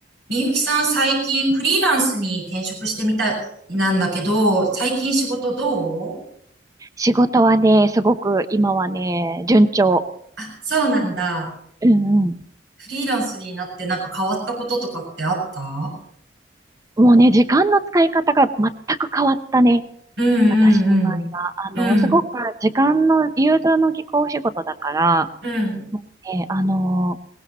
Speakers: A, on the right; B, on the right.
A: みゆきさん、最近フリーランスに転職してみたいなんだけど、最近仕事どう
B: 仕事はね、すごく今はね、順調。
A: あ、そうなんだ。
B: うんうん。
A: フリーランスになってなんか変わったこととかってあった
B: もうね、時間の使い方が全く変わったね。
A: うんうんうん。
B: 私の場合は。あの、すごく時間の融通の利くお仕事だから、
A: うん、うん。
B: もうね、あの、